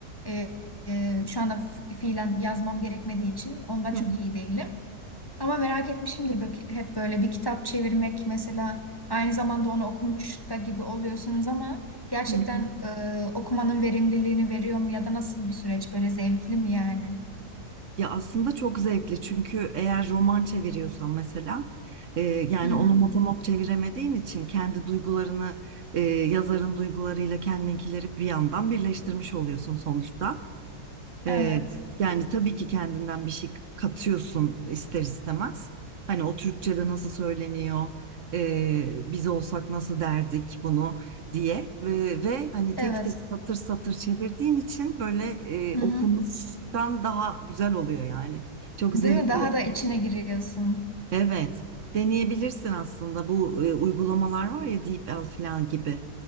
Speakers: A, on the left; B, on the right.
A: e, e, şu anda fi- fiilen yazmam gerekmediği için onda
B: hı,
A: çok iyi değilim. Ama merak etmişimdir bak hep böyle bir kitap çevirmek mesela aynı zamanda onu okumuş da gibi oluyorsunuz ama gerçekten
B: hı hı.
A: e, okumanın verimliliğini veriyor mu ya da nasıl bir süreç böyle zevkli mi yani?
B: Ya aslında çok zevkli çünkü eğer roman çeviriyorsan mesela e, yani
A: Hı hı.
B: onu motomot çeviremediğin için kendi duygularını e, yazarın duygularıyla kendinkileri bir yandan birleştirmiş oluyorsun sonuçta. Ee,
A: Evet.
B: yani tabii ki kendinden bir şey katıyorsun ister istemez. Hani o Türkçe'de nasıl söyleniyor, ee, biz olsak nasıl derdik bunu diye ve, ve hani tek
A: Evet.
B: tek satır satır çevirdiğin için böyle e,
A: Hı
B: okumuştan
A: hı.
B: daha güzel oluyor yani. Çok
A: Değil
B: zevkli.
A: mi? Daha da içine giriyorsun.
B: Evet, deneyebilirsin aslında bu e, uygulamalar var ya DeepL falan gibi